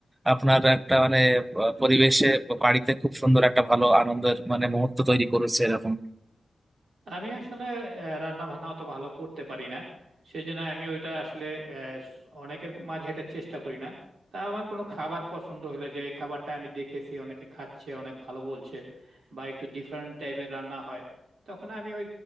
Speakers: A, on the right; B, on the right.
A: আপনার একটা মানে আহ, পরিবেশে বাড়িতে খুব সুন্দর একটা ভালো আনন্দের মানে মুহূর্ত তৈরি করেছে এরকম
B: আমি আসলে রান্না বান্না অত ভালো করতে পারি না সেই জন্য আমি ওইটা আসলে আহ, স- অনেকের মাঝে এটা চেষ্টা করি না তা আমার কোনো খাবার পছন্দ হলে যে এই খাবারটা আমি দেখেছি অনেকে খাচ্ছে অনেক ভালো বলছে বা একটু ডিফারেন্ট টাইপের রান্না হয় তখন আমি ওই